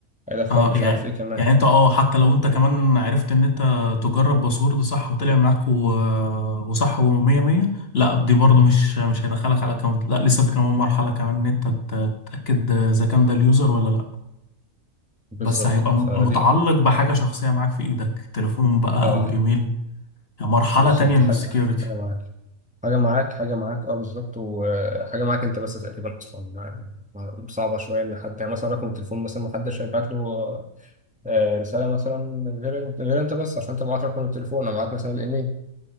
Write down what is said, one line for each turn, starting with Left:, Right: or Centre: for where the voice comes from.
Centre: هيدخل
Left: اه
Centre: مش
Left: يعني
Centre: عارف ايه كمان
Left: يعني انت اه حتى لو انت كمان عرفت ان انت تجرب باسورد ده صح وطلع معاك و... وصح ومية مية لا دي برضو مش مش هيدخلك على الاكونت لا لسه في كمان مرحلة كمان ان انت ت- تتأكد اذا كان ده اليوزر ولا لا
Centre: بالظبط
Left: بس هيبقى
Centre: اه
Left: م-
Centre: فدي
Left: متعلق بحاجة شخصية معاك في ايدك تليفون بقى
Centre: اه
Left: او ايميل يعني مرحلة
Centre: بالظبط
Left: تانية
Centre: حاجه
Left: من السكيورتي
Centre: حاجه معاك حاجه معاك حاجه معاك اه بالظبط وحاجه معاك انت بس تقريبا اصلا يعني صعبه شويه ان حد يعني مثلا رقم التليفون مثلا ما حدش هيبعت له آه، رسالة مثلا غير انت غير انت بس عشان انت معاك رقم التليفون او معاك مثلا الايميل